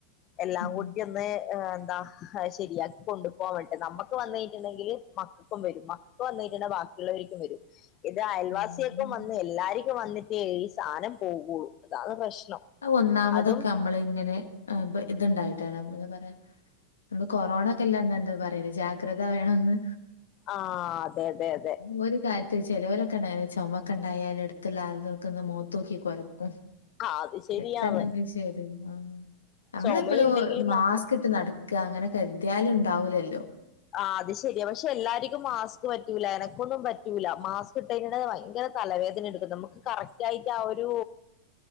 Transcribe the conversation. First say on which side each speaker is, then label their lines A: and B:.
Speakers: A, on the left; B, on the left.
A: എല്ലാംകൂട്ടി
B: ഉം
A: ഒന്ന് ദാ അത് ശരിയാക്കി കൊണ്ടുപോവേണ്ടേ നമ്മക്ക് വന്നെയ്ഞ്ഞിട്ട്ണ്ടെങ്കി മക്കൾക്കും വരും മക്കൾക്ക് വന്നൈയ്ഞ്ഞിട്ട്ണ്ടെങ്കി ബാ ഇള്ളവരിക്കും വരും ഇത് അയൽവാസിയേക്കും
B: ഉം പിന്നെ
A: വന്ന് എല്ലാരി ക്ക്‌ വന്നിട്ടേ ഈ സാനം പോകുള്ളു അതാണ് പ്രശ്നം
B: അത് ഒന്നാമതൊക്കെ
A: അതും
B: നമ്മള് ഇങ്ങനെ ആ ഇപ്പ ഇതുണ്ടായി <unintelligible> എന്താ പറയാ അന്ന് കൊറോണാക്കെല്ലെ അന്ന് എന്താ പറയല് ജാഗ്രത വേണംന്ന്
A: ആ അതെ അതെ അതെ
B: ഓര് കാ ചെലോരെക്കെ ഉണ്ടായാല് ചുമക്കെ ഉണ്ടായാല് എടുത്തുള്ള ആൾ നിക്കന്ന് മോത്തോക്കി കൊരക്കും
A: ആ അത് ശരിയാണ്
B: എട്ടന്ന് <unintelligible> ആ നമ്മളെപ്പളും
A: ചുമയുണ്ടെങ്കിലും
B: മാസ്ക്
A: നമ്മൾ
B: ഇട്ട് നട ക്ക് അങ്ങനെ കെദ്യാലും ഉണ്ടാവൂല്ലല്ലോ
A: ആ അത് ശരിയാ പക്ഷെ എല്ലാരിക്കും മാസ്ക് പറ്റൂല എനക്കൊന്നും പറ്റൂല മാസ്ക് ഇട്ടൈഞാ ഭയങ്കര തലവേദന എടുക്കും നമക്ക് കറക്റ്റ് ആയിട്ട് ആ ഒരു